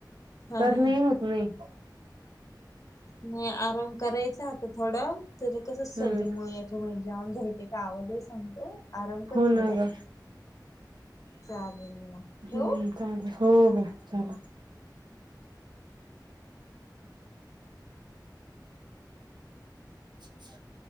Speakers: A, on the left (about 45°); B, on the right (about 75°).
A: हा
B: करणे
A: हा.
B: होत नाही
A: नाही आराम करायचा आता थोडा तर कसच सर्दीमुळे
B: हम्म
A: च्यामुळे जााम झाली ते काय आवाज आहे सांगतो आराम कर
B: हो
A: थोडा
B: ना ग
A: चालेल म ठेव
B: हम्म चालेल हो हो चालेल ह